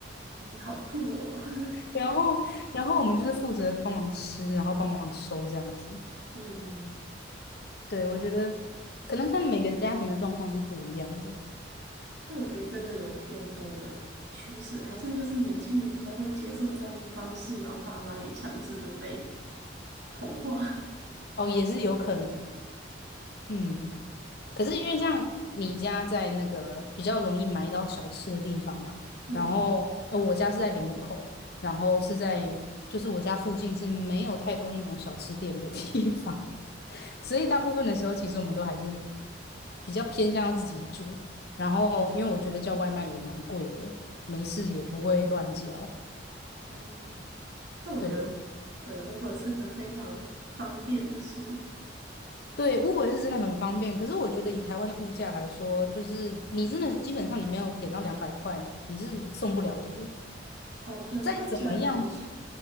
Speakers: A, on the right; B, on the left.
A: 你好酷哦。<laughs>
B: 然后，然后我们就是负责帮忙吃，然后帮忙收这样子。
A: 嗯，
B: 对，我觉得可能看每个家庭的状况是不一样的
A: 但我觉得真的有变多的趋势，还是就是年轻人比较会接受这样的方式，然后爸妈也强制的被同化。<laughs>
B: 哦，也是有可能。嗯，可是因为像你家在那个比较容易买到小吃的地方嘛，
A: 嗯
B: 然后呃，我家是在林口，然后是在就是我家附近是没有太多那种小吃店的地方，所以大部分的时候，其实我们都还是比较偏向要自己煮。然后，因为我觉得叫外卖也蛮贵的，没事也不会乱叫。
A: 嗯嗯，但我觉得
B: 对
A: 对 Uber 是个非常方便的事。
B: 对，Uber 是真的很方便。可是我觉得以台湾的物价来说，就是你真的基本上你没有点到两百块，你是送不了的耶
A: 哦，对，
B: 再怎么样，
A: 他会加一堆钱。